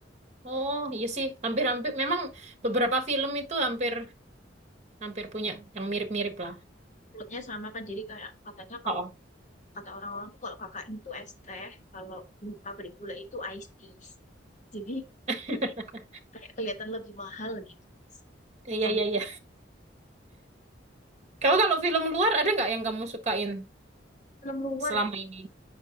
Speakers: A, on the right (about 40°); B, on the left (about 40°).
A: Oh iya sih, hampir-hampir memang beberapa film itu hampir hampir punya yang mirip-mirip lah.
B: Plotnya sama kan jadi kayak katanya kalau
A: Oh.
B: kata orang-orang tuh kalau KKN itu es teh, kalau pabrik gula itu iced tea. Jadi
A: <laughs>
B: kayak kelihatan lebih mahal gitu.
A: Iya
B: Pabrik
A: iya iya. Kamu kalau film luar ada nggak yang kamu sukain
B: film luar
A: selama ini?